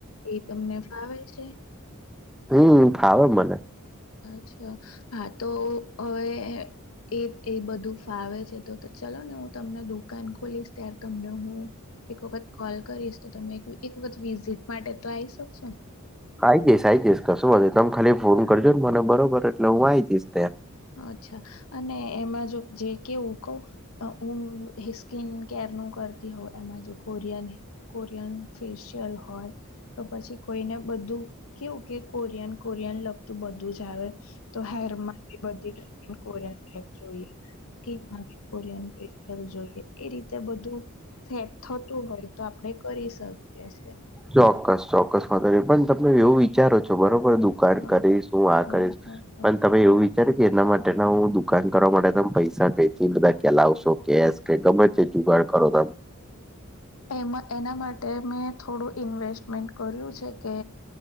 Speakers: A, on the left; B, in the centre.
A: એ તમને ફાવે છે
B: હમ્મ ફાવે મને
A: અચ્છા હા તો હવે એ એ બધું ફાવે છે તો ચાલો ને હું તમને દુકાન ખોલીશ ત્યારે તમને હું એક વખત કોલ કરીશ તો તમે એક વખત વિઝિટ માટે તો આવી શકશો ને
B: આઈ જઈશ આ આવી જઈશ કશું તમે ખાલી ફોન કરજો ને મને બરોબર એટલે હું આવી જઈશ ત્યાં
A: અચ્છા અને એમાં જો જે કે હુ કઉં હું હિસ્કીન કેર નું કરતી હોઉ એમાં જો કોરિયાને કોરિયાન ફેશિયાલ હોય તો પછી કોઈને બધું કેવું કે કોરિયન કોરિયન લગતું બધું જ આવે તો હેરમાં બધી ટ્રે કોરયન ટ જોઈએ <unintelligible> જોઈએ એ રીતે બધું સેટ થતું હોય તો આપડે કરી શકીએ છે.
B: ચોક્કસ ચોક્કસમાંતો પણ તમે એવું વિચારો છો બરોબર દુકાન
A: હા
B: કરીશ હું આ
A: હા
B: કરીશ
A: હા હા.
B: પણ તમે એવું વિચાર કે એના માટેના હું દુકાન કરવા માટે તમે પૈસા કેથી બધા કેલાવશો કેશ કે ગમે તે જુગાડ કરો તમ
A: એમાં એના માટે મેં થોડું ઇન્વેસ્ટમેન્ટ કર્યું છે કે